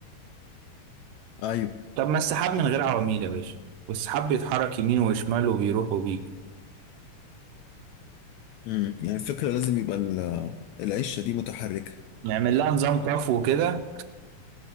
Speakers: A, on the left; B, on the right.
A: ايوه
B: طب ما السحاب من غير عواميد يا باشا والسحاب بيتحرك يمين وشمال وبيروح وبيجي
A: امم يعني الفكرة لازم يبقى ال- العيشة دي متحركة
B: نعمل لها نظام طفو وكده